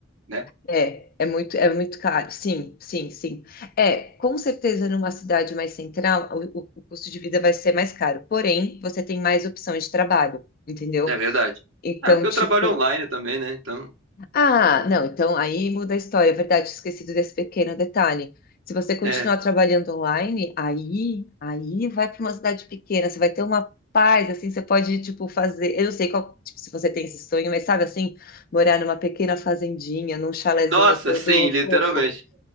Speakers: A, on the right; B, on the left.
A: né?
B: É, é muito, é muito caro. Sim, sim, sim. É, com certeza numa cidade mais central, o, o o custo de vida vai ser mais caro. Porém, você tem mais opções de trabalho, entendeu?
A: É verdade.
B: Então,
A: é porque
B: tipo,
A: eu trabalho online também, né? Então,
B: ah, não, então aí muda a história, é verdade, tinha esquecido desse pequeno detalhe. Se você continuar
A: é.
B: trabalhando online, aí, aí vai para uma cidade pequena, você vai ter uma paz, assim, você pode, tipo, fazer, eu não sei qual, tipo, se você tem esse sonho, mas sabe assim, morar numa pequena fazendinha, num chalezinho
A: Nossa,
B: todo
A: sim, literalmente.
B: fofo.